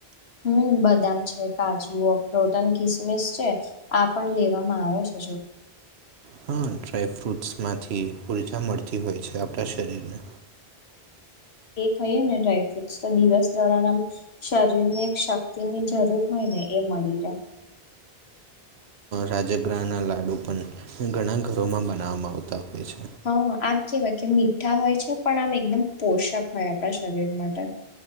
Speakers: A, on the left; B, on the right.
A: હમ બદામ છે કાજુ અખરોટ અને કિસમિસ છે આ પણ લેવામાં આવે છે
B: હા ડ્રાય ફ્રુટસ માંથી ઉર્જા મળતી હોય છે આપણા શરીર ને
A: એ કહીએ ને ડ્રાયફ્રૂટસ તો દિવસ દોરણ આમ શરીર ને એક શક્તિ ની જરૂર હોય ને એ મળી રહે
B: રાજગરાના લાડુ પણ ઘણા ઘરોમાં બનાવવામાં આવતા હોય છે
A: હા આમ કેવાય કે મીઠા હોય છે પણ આમ એકદમ પોષક હોય આપણા શરીર માટે